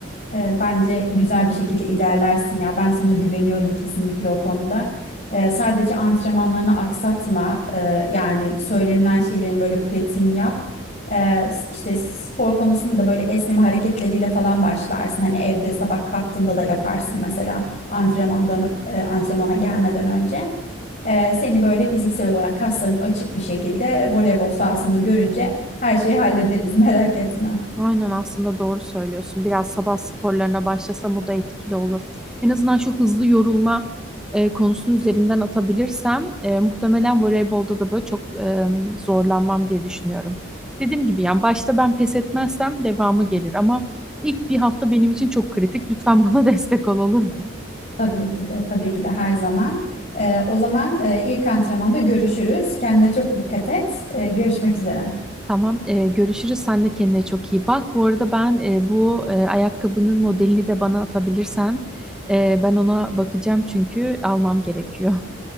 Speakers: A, on the left; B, in the centre.
A: E, bence güzel bir şekilde ilerlersin ya. Ben sana güveniyorum kesinlikle o konuda. E, sadece antrenmanlarını aksatma. E, yani söylenilen şeylerin böyle pratiğini yap. E, s- işte spor konusunda da böyle esneme hareketleriyle falan başlarsın. Hani evde sabah kalktığında da yaparsın mesela antrenmandan e, antrenmana gelmeden önce. Ee, seni böyle fiziksel olarak kasların açık bir şekilde voleybol sahasında görünce her şeyi hallederiz <laughs> merak etme.
B: aynen aslında doğru söylüyorsun biraz sabah sporlarına başlasam o da etkili olur en azından şu hızlı yorulma e, konusunu üzerinden atabilirsem e, muhtemelen voleybolda da böyle çok e, zorlanmam diye düşünüyorum dediğim gibi yani başta ben pes etmezsem devamı gelir ama ilk bir hafta benim için çok kritik lütfen bana <laughs> destek ol olur mu?
A: Tabii ki de tabii ki de her zaman. Ee, o zaman e, ilk antrenmanda görüşürüz. Kendine çok dikkat et. Ee, görüşmek üzere.
B: Tamam, e, görüşürüz. Sen de kendine çok iyi bak. Bu arada ben e, bu e, ayakkabının modelini de bana atabilirsen e, ben ona bakacağım çünkü almam gerekiyor.